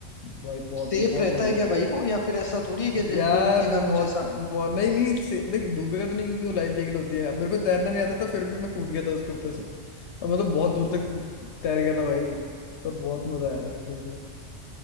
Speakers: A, on the left; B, on the left.
A: भाई बहुत
B: सेफ
A: ही बहुत
B: रहता
A: मजा
B: है क्या
A: है
B: भाई वो या फिर ऐसा थोड़ी है कि जैसे
A: यार
B: डूबने का
A: जब मौत
B: कुछ ऐसा
A: मौ, नहीं नहीं से, नहीं डूबेगा तो नहीं क्योंकि वो लाइफ जैकेट होती है अब मेरे को तैरना नहीं आता था फिर भी मैं कूद गया था उसके ऊपर से और मैं तो बहुत दूर तक तैर गया था भाई पर बहुत मजा आया था कसम से